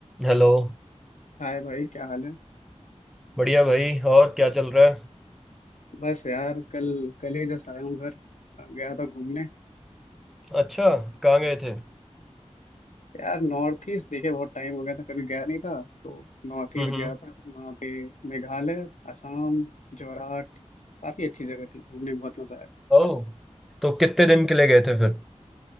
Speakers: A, in the centre; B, on the left.
A: हेलो
B: हाय भाई क्या हाल है
A: बढ़िया भाई और क्या चल रहा है
B: बस यार कल कल ही जस्ट आया हूँ घर अ, गया था घूमने
A: अच्छा कहाँ गए थे
B: यार नॉर्थ ईस्ट देखे बहुत टाइम हो गया था कभी गया नहीं था तो नॉर्थ ईस्ट
A: हम्म हम्म
B: गया था वहाँ पे मेघालय असम जोरहाट काफी अच्छी जगह थी घूमने में बहुत मजा आया
A: ओह तो कितने दिन के लिए गए थे फिर